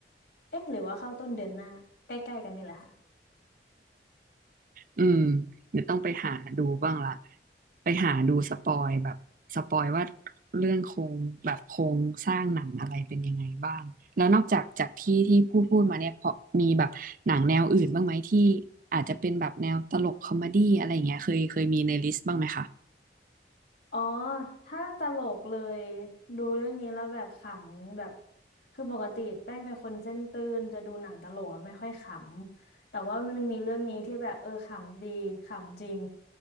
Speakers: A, on the left; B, on the right.
A: เอ๊ะหรือว่าเข้าต้นเดือนหน้าใกล้ๆกันนี่แหละค่ะ
B: อืมเดี๋ยวต้องไปหาดูบ้างละไปหาดูสปอยแบบสปอยว่าเรื่องโครงแบบโครงสร้างหนังอะไรเป็นยังไงบ้างแล้วนอกจากจากที่ที่พูดพูดมาเนี่ยพอมีแบบหนังแนวอื่นบ้างไหมที่อาจจะเป็นแบบแนวตลกคอมเมดี้อะไรอย่างเงี้ยเคยเคยมีในลิสต์บ้างไหมคะ
A: อ๋อถ้าตลกเลยดูเรื่องนี้แล้วแบบขำแบบคือปกติแป้งเป็นคนเส้นตื้นจะดูหนังตลกแล้วไม่ค่อยขำแต่ว่ามันมีเรื่องนี้ที่แบบเออขำดีขำจริง